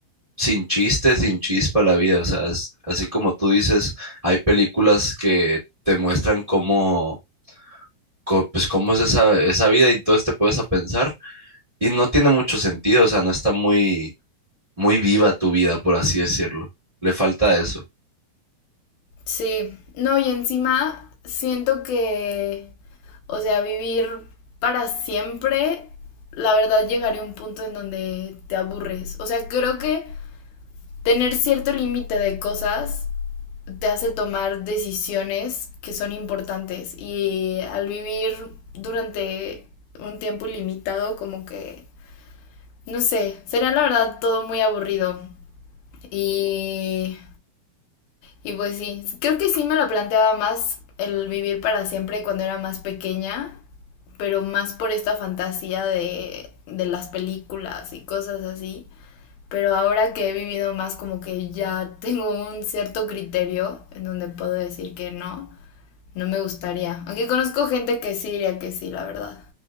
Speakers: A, on the right; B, on the left.
A: sin chiste, sin chispa la vida. O sea, es- así como tú dices, hay películas que te muestran cómo, co- pues, cómo es esa, esa vida y entonces te puedes a pensar y no tiene mucho sentido, o sea, no está muy, muy viva tu vida, por así decirlo. Le falta eso.
B: Sí. No, y encima siento que, o sea, vivir para siempre, la verdad llegaría a un punto en donde te aburres. O sea, creo que tener cierto límite de cosas te hace tomar decisiones que son importantes. Y al vivir durante un tiempo ilimitado, como que, no sé, sería la verdad todo muy aburrido. Y Y pues sí, creo que sí me lo planteaba más el vivir para siempre cuando era más pequeña, pero más por esta fantasía de, de las películas y cosas así. Pero ahora que he vivido más como que ya <laughs> tengo un cierto criterio en donde puedo decir que no, no me gustaría. Aunque conozco gente que sí diría que sí, la verdad.